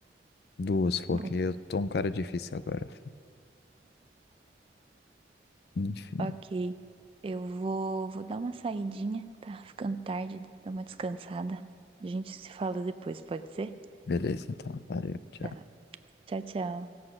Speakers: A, on the left; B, on the right.
A: Duas, porque
B: Bom,
A: eu tô um cara difícil agora. Enfim,
B: ok. Eu vou, vou dar uma saidinha, tá ficando tarde, dar uma descansada. A gente se fala depois, pode ser?
A: beleza, então, valeu, tchau.
B: Tá. Tchau, tchau.